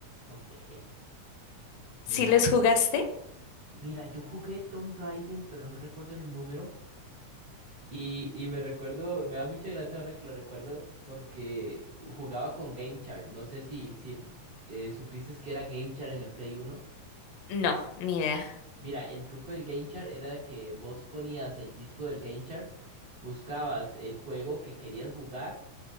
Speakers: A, on the right (about 60°); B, on the left (about 80°).
A: Ok,
B: ¿Sí
A: mira,
B: los jugaste?
A: mira, yo jugué Tomb Raider, pero no recuerdo el número. Y, y me recuerdo, me da mucha gracia ahora que lo recuerdo, porque jugaba con Game Chart. No sé si, si eh, supiste que era Game Chart en el Play Uno
B: No, ni idea.
A: Mira, el truco del Game Chart era que vos ponías el disco del Game Chart, buscabas el juego que querías jugar,